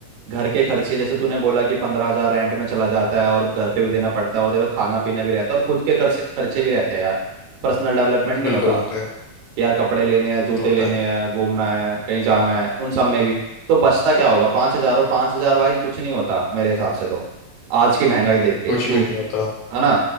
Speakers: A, on the right; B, on the left.
A: घर के खर्चे जैसे तूने बोला कि पंद्रह हजार रेंट में चला जाता है और घर पे भी देना पड़ता है और तेरे को खाना पीना भी रहता है और खुद के खर्चे खर्चे भी रहते हैं यार पर्सनल डेवलपमेंट नहीं
B: बिल्कुल
A: होता
B: होता है
A: यार कपड़े लेने हैं जूते
B: होता
A: लेने
B: है
A: हैं घूमना है कहीं जाना है उन सब में भी तो बचता क्या होगा पाँच हजार और पाँच हजार भाई कुछ नहीं होता मेरे हिसाब से तो आज की महंगाई देख के
B: कुछ
A: तू
B: भी नहीं होता
A: है ना